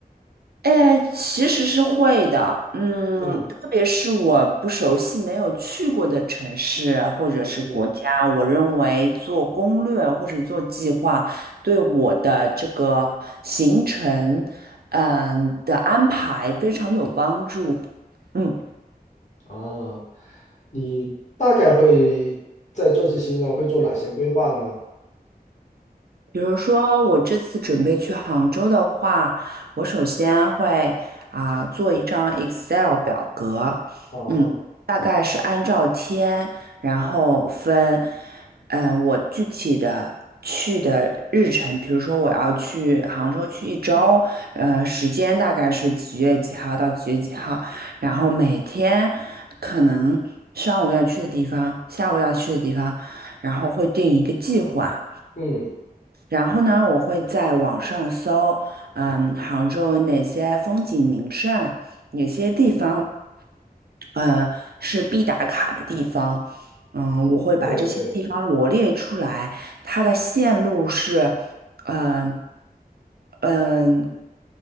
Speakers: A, on the right; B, on the left.
A: 哎，其实是会的，嗯，
B: 嗯
A: 特别是我不熟悉、没有去过的城市或者是国家，
B: 嗯，
A: 我认为做攻略或者做计划，对我的这个行程，嗯的安排非常有帮助，嗯。
B: 哦，你大概会在这次行程上会做哪些规划呢？
A: 比如说，我这次准备去杭州的话，我首先会啊、做一张 Excel 表格，
B: 哦，
A: 嗯，大概是按照天，然后分，嗯、我具体的去的日程，比如说我要去杭州去一周，呃，时间大概是几月几号到几月几号，然后每天可能上午要去的地方，下午要去的地方，然后会定一个计划。
B: 嗯，
A: 然后呢，我会在网上搜，嗯，杭州有哪些风景名胜，哪些地方，嗯，是必打卡的地方。嗯，我会把这些地方罗列出来，
B: 对对，
A: 它的线路是，嗯嗯，